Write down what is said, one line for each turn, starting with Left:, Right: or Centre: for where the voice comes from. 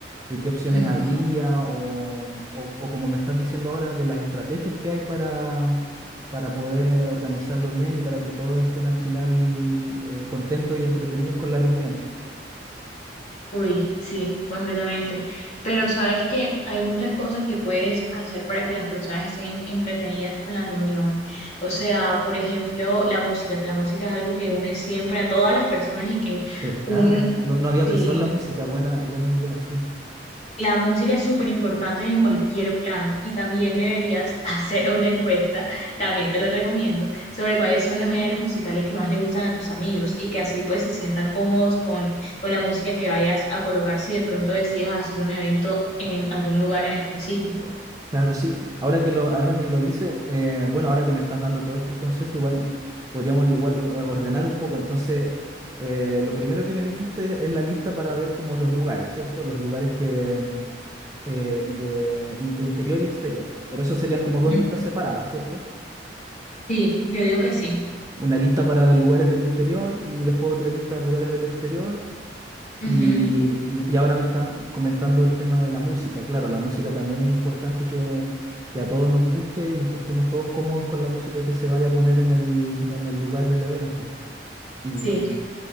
Right: de qué opciones
Left: Ujú.
Right: había o, o- o como me estás diciendo ahora, de las estrategias que hay para, para poder eh, organizarlo bien y para que todos estén al final eh, contentos y entretenidos con la reunión.
Left: Uy, sí, completamente. Pero sabes que hay muchas cosas que puedes hacer para que las personas estén entretenidas con la reunión. O sea, por ejemplo, la música. La música es algo que une siempre a todas las personas y que
Right: ¿Verdad?
Left: un,
Right: No, no había
Left: sí,
Right: pensado en la música, buena, buena idea, sí.
Left: la música es súper importante en cualquier plan y también deberías <laughs> hacer una encuesta, también te lo recomiendo, sobre cuáles son los géneros musicales que más le gustan a tus amigos y que así pues se sientan cómodos con, con la música que vayas a colocar si de pronto decides hacer un evento en algún lugar en específico.
Right: Claro, sí. Ahora que lo, ahora que lo dice, eh, bueno, ahora que me estás dando todos estos consejos, igual podríamos igual eh, ordenar un poco. Entonces, eh, lo primero que me dijiste es la lista para ver como los lugares, ¿cierto? Los lugares que mm, eh, de, in- de interior y exterior. Pero eso serían como dos
Left: Ujú.
Right: listas separadas, ¿cierto?
Left: Sí, yo digo que sí.
Right: Una lista para lugares del interior y después otra lista de lugares del exterior.
Left: Ujú,
Right: Y, y- y ahora me estás comentando el tema de la música. Claro, la música también es importante que, que a todos nos guste y que estemos todos cómodos con la música que se vaya a poner en el, en el lugar del evento. Y,
Left: Sí.